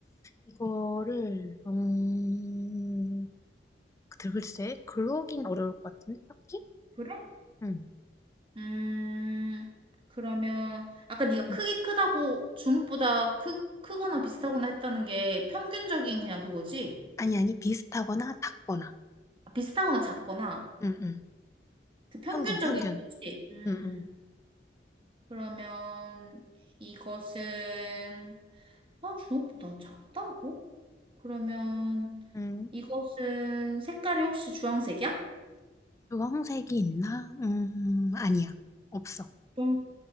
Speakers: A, on the left; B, on the right.
A: 이거를 음... 글- 글쎄 글로긴 어려울 것 같은데 딱히?
B: 그래?
A: 응.
B: 음, 그러면, 아까 네가
A: 응.
B: 크기 크다고 주먹보다 크, 크거나 비슷하거나 했다는 게 평균적인 그냥 그거지?
A: 아니, 아니, 비슷하거나 같거나.
B: 아, 비슷하거나 작거나.
A: 응, 응.
B: 그 평균적인
A: 편견, 편견.
B: 거지. 음.
A: 응, 응.
B: 그러면 이것은 아, 주먹보다 작다고? 그러면
A: 음,
B: 이것은 색깔이 혹시 주황색이야?
A: 주황색이 있나? 음, 아니야. 없어.
B: 주황,